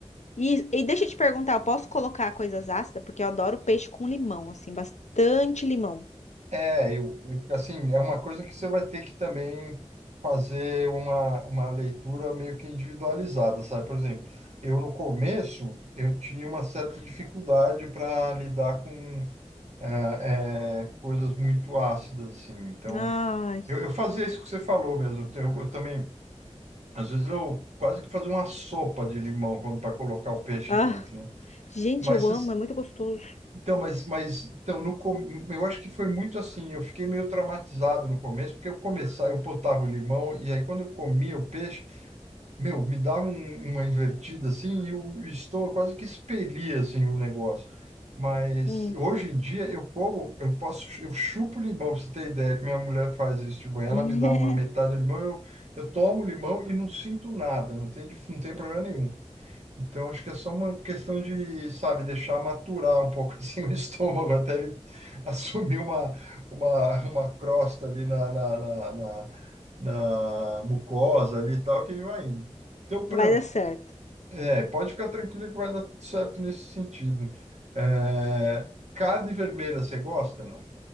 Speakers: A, on the left; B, on the right.
A: E, e deixa eu te perguntar, eu posso colocar coisas ácidas? Porque eu adoro peixe com limão, assim, bastante limão.
B: É, eu, eu, assim, é uma coisa que você vai ter que também fazer uma, uma leitura meio que individualizada, sabe? Por exemplo, eu no começo, eu tinha uma certa dificuldade para lidar com eh, eh, coisas muito ácidas, assim, então...
A: Ai,
B: Eu, eu fazia isso que você falou mesmo. Eu, tenho- eu também, às vezes, eu quase que fazia uma sopa de limão quando para colocar o peixe
A: ah,
B: dentro, né?
A: gente,
B: Mas
A: eu
B: vocês-
A: amo, é muito gostoso.
B: então, mas, mas então, no, com- eu acho que foi muito assim. Eu fiquei meio traumatizado no começo, porque eu começava, eu botava o limão, e aí quando eu comia o peixe, meu, me dava um- uma invertida assim e o estou quase que expelia assim o negócio. Mas
A: Hum.
B: hoje em dia eu como, eu posso, eu chupo limão, pra você ter ideia que minha mulher faz isso de manhã,
A: <laughs>
B: ela me dá uma metade do limão, eu, eu tomo limão e não sinto nada, não tem, dif- não tem problema nenhum. Então, acho que é só uma questão de, sabe, deixar maturar um pouco <laughs> assim o estômago até ele <laughs> assumir uma, uma, uma crosta ali na, na, na, na- na mucosa ali e tal, que ele vai indo. Então, por
A: Vai
B: exemplo,
A: dar certo.
B: é, pode ficar tranquilo que vai dar tudo certo nesse sentido. É, carne vermelha, você gosta, não?